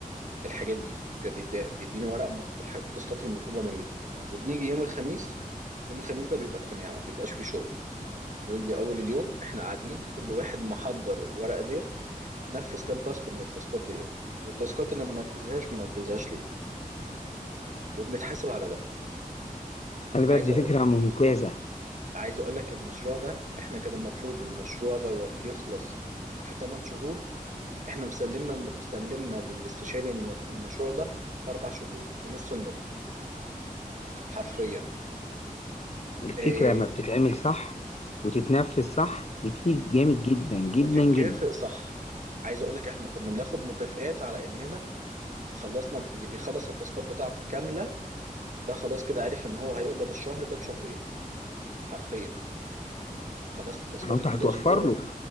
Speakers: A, on the right (about 60°); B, on the left (about 50°).
A: الحاجات دي فبيديني ورق م- بالح- بالتاسكات المطلوبه مني وبنيجي يوم الخميس يوم الخميس ده بيبقى اجتماع ما بيبقاش فيه شغل نيجي اول اليوم احنا قاعدين كل واحد محضر الورقه ديت نفذ كام تاسك من التاسكات ديت والتاسكات اللي ما نفذهاش ما نفذهاش ليه وبنتحاسب على ده
B: خلي بالك
A: عايز
B: دي
A: أ...
B: فكرة ممتازة
A: عايز اقول لك المشروع ده احنا كان المفروض المشروع دوت يخلص في 8 شهور احنا مسلمنا الم- سلمنا للاستشاري الم- المشروع ده في اربع شهور في نص المده حرفيا
B: الفكرة
A: إيه...
B: لما بتتعمل صح وتتنفذ صح بتفيد جامد جدا جدا
A: وتتكافئ
B: جدا
A: صح عايز اقول لك احنا كنا بناخد مكافآت على اننا خلصنا اللي بيخلص التاسكات بتاعته كامله ده خلاص كده عارف ان هو هيقبض الشهر ده بشهرين حرفيا خلصت تاسكاتك
B: ما هو انت هتوفر
A: في الاسبوع
B: له